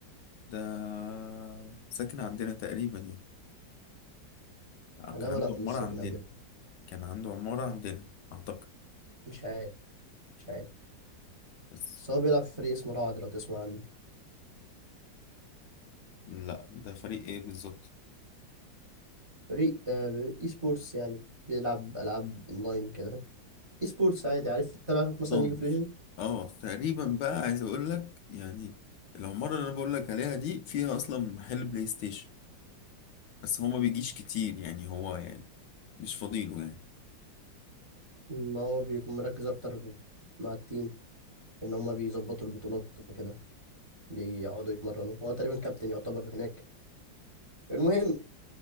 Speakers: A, on the left; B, on the right.
A: ده ساكن عندنا تقريبا يعني آه،
B: علاوة
A: كان عنده
B: لا
A: عمارة
B: مش ساكن
A: عندنا
B: عندنا
A: كان عنده عمارة عندنا أعتقد
B: مش عارف مش عارف
A: بس
B: بس هو بيلعب في فريق اسمه رعد لو تسمع عنه
A: لا ده فريق إيه بالظبط
B: فريق آه، اي سبورتس يعني بيلعب ألعاب اونلاين كده اي سبورتس عادي عارف تلعب مثلا
A: ضن
B: ليج اوف ليجند
A: اه تقريبا بقى عايز أقول لك يعني العمارة اللي أنا بقول لك عليها دي فيها أصلا محل بلاي ستيشن بس هو ما بيجيش كتير يعني هو يعني مش فاضيله يعني
B: ما هو بيكون مركز اكتر مع التيم ان هما بيظبطوا البطولات وكده بيقعدوا يتمرنوا هو تقريبا كابتن يعتبر هناك المهم